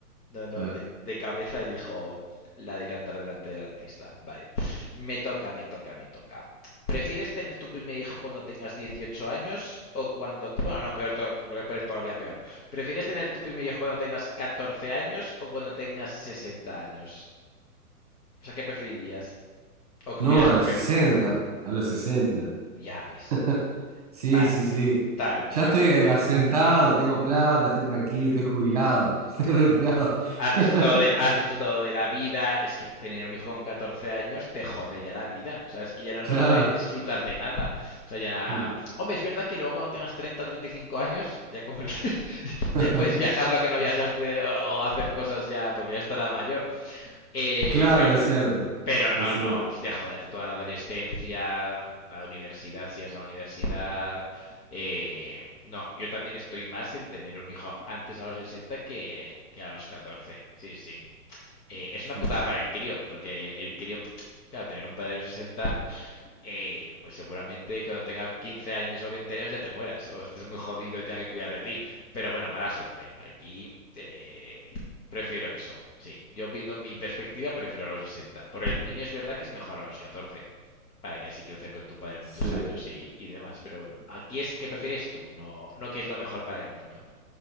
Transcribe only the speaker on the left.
No,
no, de, de cabeza elijo la de cantar delante del artista. Vale. Me toca, me toca, me toca. ¿Prefieres tener tu primer hijo cuando tengas 18 años o cuando... Bueno, no, peor, lo voy a poner todavía peor. ¿Prefieres tener tu primer hijo cuando tengas 14 años o cuando tengas 60 años? O sea, ¿qué preferirías? ¿O qué
hubieras
preferido?
Ya ves.
Tal,
tal cual,
eh.
Claro.
Has disfrutado
de, has disfrutado de la vida. Es que tener un hijo con 14 años te jode ya la vida. O sea, es que ya no
vas a poder disfrutar de nada. O sea, ya.
Hombre, es verdad que luego cuando tengas 30 o 35 años, ya como el- <laughs> ya
puedes viajar lo que no viajaste o, o hacer cosas ya, porque ya estará mayor. Eh,
pero
pero no,
no, hostia, jodete toda la adolescencia, la universidad, si vas a la universidad. eh, no, yo también estoy más en tener un hijo antes a los 60 que, que a los catorce Sí, sí. Eh, es una
putada para el crío, porque el crío, claro, tener un padre de sesenta eh, pues seguramente cuando tenga 15 años o 20 años ya te mueras o estés muy jodido y tenga que cuidar de ti. Pero bueno, mala suerte. Aquí eh, prefiero eso. Sí, yo viendo mi perspectiva prefiero a los 60. Por el niño es verdad que es mejor a los 14, para que así crecer con tu padre muchos
años y, y demás. Pero bueno, aquí es que prefieres tú, no, no que es lo mejor para el niño.